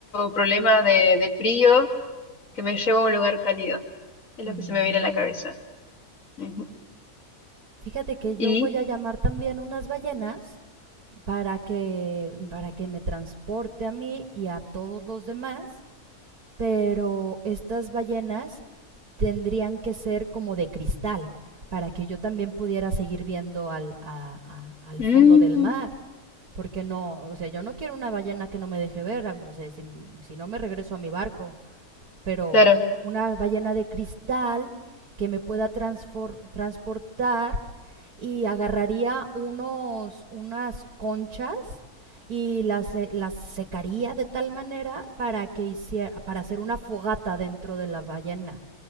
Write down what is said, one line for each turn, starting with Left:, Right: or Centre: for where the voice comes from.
Left: problemas de, de frío que me lleva a un lugar cálido, es lo
Right: Mm.
Left: que se me viene a la cabeza. Ujú.
Right: Fíjate que yo
Left: Y,
Right: voy a llamar también unas ballenas para que, para que me transporte a mí y a todos los demás pero estas ballenas tendrían que ser como de cristal para que yo también pudiera seguir viendo al, a- a- al
Left: mm,
Right: fondo del mar. Porque no, o sea, yo no quiero una ballena que no me deje ver, o sea, si, si no me regreso a mi barco pero
Left: claro,
Right: una ballena de cristal que me pueda transportar y agarraría unos, unas conchas y las, las secaría de tal manera para que hiciera, para hacer una fogata dentro de la ballena